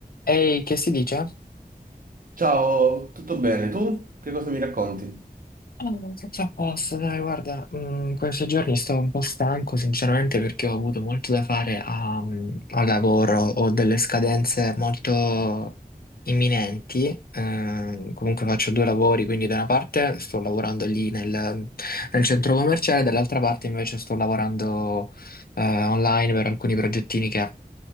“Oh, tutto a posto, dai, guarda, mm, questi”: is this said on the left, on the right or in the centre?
Left